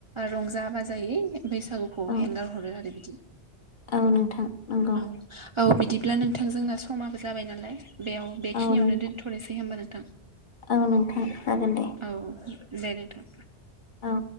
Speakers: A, on the right; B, on the left.
A: रंजा बाजायै बैसागुखौ
B: औ
A: हेंगार हरो आरो बिदि
B: औ नोंथां नंगौ
A: औ औ बिदिब्ला नोंथां जोंना समाबो जाबाय नालाय बेयाव बेखिनियावनो
B: औ नोंथां
A: दोनथ'नोसै होमबा नोंथां।
B: औ नोंथां जागोन दे।
A: औ दे नोंथां।
B: औ।